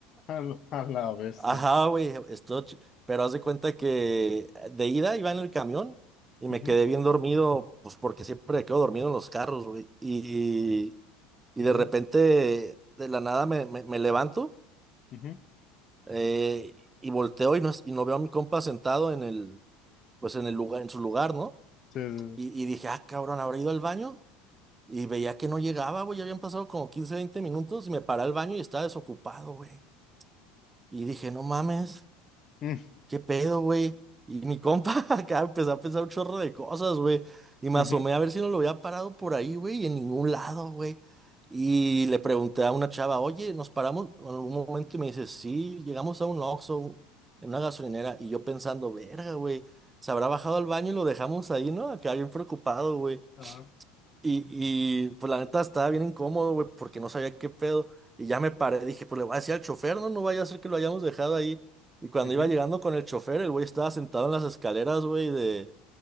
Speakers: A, on the left; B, on the right.
A: A la, a la bestia.
B: Ajá, güey, esto, ch- pero haz de cuenta que eh, de ida iba en el camión y me
A: Ujú,
B: quedé bien dormido, pues porque siempre me quedo dormido en los carros, güey. Y, y
A: ujú,
B: de repente, de la nada me, me, me levanto
A: ujú.
B: eh, y volteo y no, es- y no veo a mi compa sentado en el, pues en el lugar, en su lugar, ¿no?
A: Sí, sí, sí.
B: Y, y dije, ah, cabrón, ¿habrá ido al baño? Y veía que no llegaba, güey, ya habían pasado como 15 20 minutos y me paré al baño y estaba desocupado, güey. Y dije, no mames,
A: <laughs>
B: ¿qué pedo, güey? Y mi compa <laughs> acá empezó a pensar un chorro de cosas, güey. Y me
A: Mm,
B: asomé
A: ujú.
B: a ver si no lo había parado por ahí, güey, y en ningún lado, güey. Y le pregunté a una chava, oye, ¿nos paramos en algún momento? Y me dice, sí, llegamos a un Oxxo, en una gasolinera. Y yo pensando, verga, güey, se habrá bajado al baño y lo dejamos ahí, ¿no? Acá bien preocupado, güey.
A: Ajá.
B: Y, y pues la neta estaba bien incómodo, güey, porque no sabía qué pedo. Y ya me paré, dije, pues le voy a decir al chofer, no, no vaya a ser que lo hayamos dejado ahí. Y cuando
A: Ujú.
B: iba llegando con el chofer, el güey estaba sentado en las escaleras, güey, de,